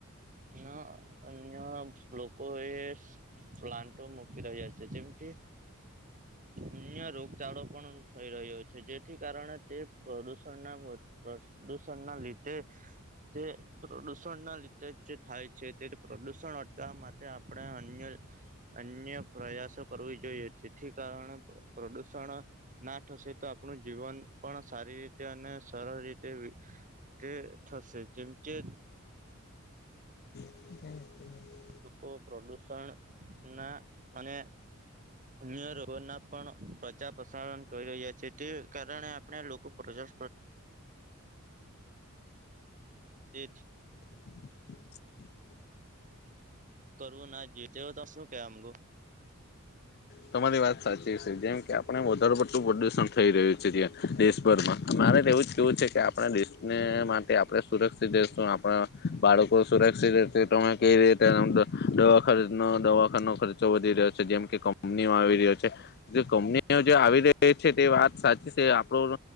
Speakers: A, on the right; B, on the left.
A: ના અન્ય લોકોએ પ્લાન્ટ મુકી રહી આશે જેમ કે, અ્ય રોગ ચાળ પણ થઈ રહ્યો છે જેથી કારણે તે પ્રદૂષણના પ્રદુષણના લીધે, તે પ્રદૂષણના લીધે જ જે થાય છે તે પ્રદુષણ અટવા માટે આપણે અન્ય અન્ય પ્રયાસો કરવી જોઈએ જેથી કારણે પ્રદૂષણ ના થશે તો આપણું જીવન પણ સારી રીતે અને સરળ રીતે, તે થશે જેમ કે
B: જ <unintelligible>
A: લોકો પ્રદૂષણના અને અન્ય ર ના પણ પ્રજા પ્રસારણ કરી રહ્યા છે તે કારણે આપણે લોકો પ્રજા <unintelligible>
B: <inaudible>
A: કરું ના જીત્યો તો શું કેવા માગો?
B: તમારી વાત સાચી છે જેમ કે આપણે વધારે પટલું પ્રદુષણ થઈ રહ્યું છે ત્યાં. દેશભરમાં મારે તો એવું જ કેવું છે કે આપણા દેશને આપણે સુરક્ષિત રહેશું આપણા બાળકો સુરક્ષિત રહેશે તો કેવી રીતે. દવાખાનો દવાખાનો ખર્ચો વધી રહ્યો છે જેમ કે કંપનીમાં આવી રહ્યો છે. જે કંપનીઓ જે આવી રહી છે તે વાત સાચી છે આપણું